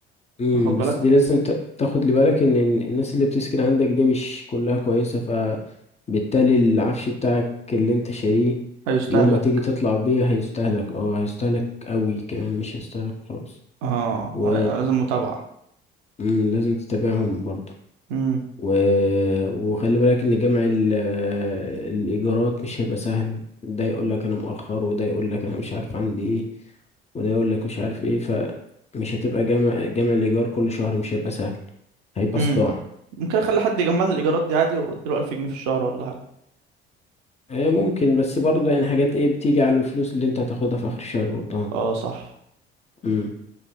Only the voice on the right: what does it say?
واخد بالك
هيستهلك
اه
وه- لازم متابعة
مم.
مم.
ممكن أخلي حد يجمع لي الإيجارات دي عادي وأديله ألف جنيه في الشهر ولا حاجة
اه صح